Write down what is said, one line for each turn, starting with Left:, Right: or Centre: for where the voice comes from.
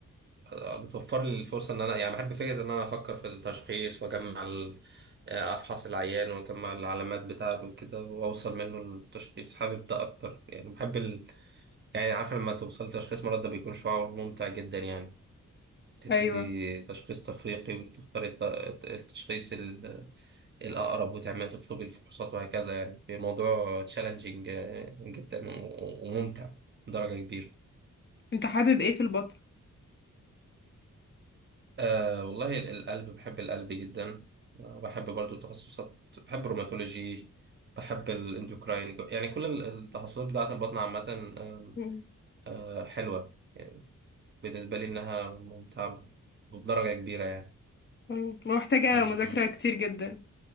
Right: آه، بتوفر لي الفرصة إن أنا يعني بحب فكرة إن أنا أفكر في التشخيص وأجمع ال- آه، أفحص العيان وأجمع العلامات بتاعته وكده وأوصل منه للتشخيص حابب ده أكتر يعني بحب ال... يعني عارف لما توصل لتشخيص مرض ده بيكون شعور ممتع جدا يعني تدي
Left: ايوه
Right: تشخيص تفريقي وتختاري الت- الت- التشخيص ال- الأقرب وتعملي تطلبي الفحوصات وهكذا يعني الموضوع تشالنجينج جدا و- وممتع بدرجة كبيرة
Left: انت حابب ايه في البطن
Right: آه والله ال- القلب بحب القلب جدا آه، بحب برضو تخصصات بحب الروماتولوجي بحب الاندوكراين يعني كل ال- التخصصات بتاعة البطن عامة آم،
Left: مم.
Right: آه، حلوة يعني بالنسبة لي إنها ممتعة بدرجة كبيرة يعني
Left: مم. محتاجة
Right: م- م.
Left: مذاكرة كتير جدا